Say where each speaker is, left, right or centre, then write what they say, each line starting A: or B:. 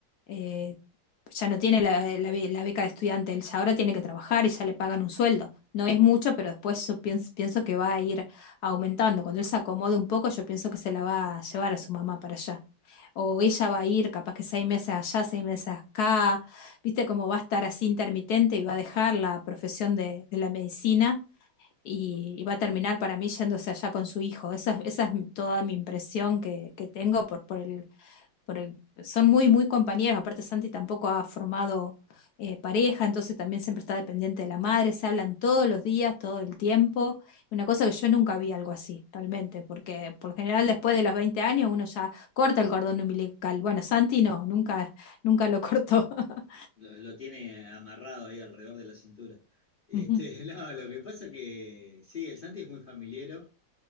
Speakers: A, on the left; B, on the left.
A: eh, ya no tiene la, la be- la beca de estudiante, él ya ahora tiene que trabajar y ya le pagan un sueldo. No es mucho, pero después yo pienso, pienso que va a ir aumentando. Cuando él se acomode un poco, yo pienso que se la va a llevar a su mamá para allá o ella va a ir, capaz que seis meses allá, seis meses acá, viste cómo va a estar así intermitente y va a dejar la profesión de, de la medicina y, y va a terminar para mí yéndose allá con su hijo. Esa, es- esa es mi- toda mi impresión que, que tengo por, por el por el- son muy, muy compañeros. Aparte, Santi tampoco ha formado eh, pareja, entonces también siempre está dependiente de la madre. Se hablan todos los días, todo el tiempo. Una cosa que yo nunca vi algo así, realmente, porque por lo general después de los 20 años uno ya corta el cordón umbilical. Bueno, Santi no, nunca, nunca lo cortó. <laughs>
B: Lo, lo tiene amarrado ahí alrededor de la cintura. Este,
A: Ujú,
B: <laughs> no, lo que pasa que sí, el Santi es muy familiero.